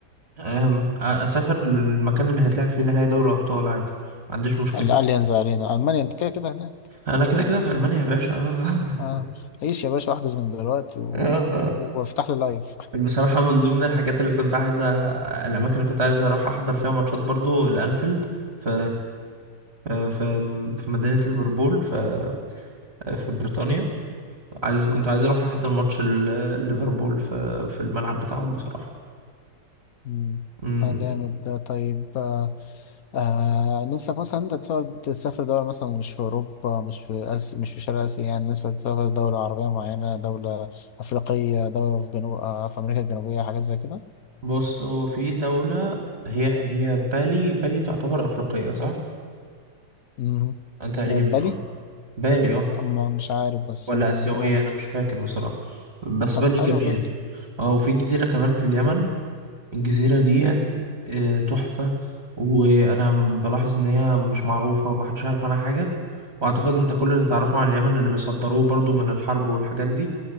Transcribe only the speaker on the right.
آم، أ- اسافر للمكان اللي هيتلعب فيه نهائي دوري الابطال عادي ما عنديش مشكله
انا كده كده في المانيا يا باشا آه.
<laughs> آه.
بصراحه من ضمن الحاجات اللي كنت عايز أ- الاماكن اللي كنت عايز اروح احضر فيها ماتشات برضو الانفيلد في في في في مدينه ليفربول في في بريطانيا عايز كنت
عايز اروح احضر ماتش ال- ليفربول في في الملعب بتاعهم بصراحه
أمم.
بص هو في دوله هي هي بالي بالي تعتبر افريقيه صح
تقريبا
اه بالي اه
ولا
آسيوية
أنا مش فاكر بصراحة بس
بالي
جميل
اه وفي جزيرة كمان في اليمن الجزيرة ديت آه، تحفة وأنا بلاحظ إن هي مش معروفة ومحدش يعرف عنها حاجة وأعتقد أنت كل اللي تعرفه عن اليمن اللي بيصدروه برضو من الحرب والحاجات دي